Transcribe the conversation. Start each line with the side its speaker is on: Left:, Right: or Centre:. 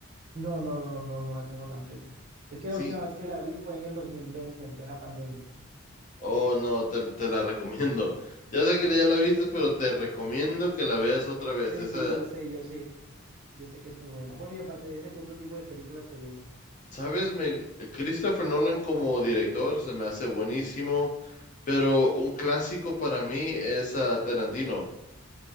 Right: No, no, no, no, no la tengo tan fresca. Es que
Left: Sí,
Right: la última vez que la vi fue en el 2020, en plena pandemia.
Left: Oh, no, te, te la recomiendo. Ya sé que ya la viste,
Right: <laughs>
Left: pero te recomiendo que la veas otra vez.
Right: Sí,
Left: Esa,
Right: sí, yo sé, yo sé, yo sé que es muy buena. Bueno, y aparte de esa, ¿qué otro tipo de películas te gusta?
Left: Sabes, me, Christopher Nolan como director se me hace buenísimo, pero un clásico para mí es ah, Tarantino.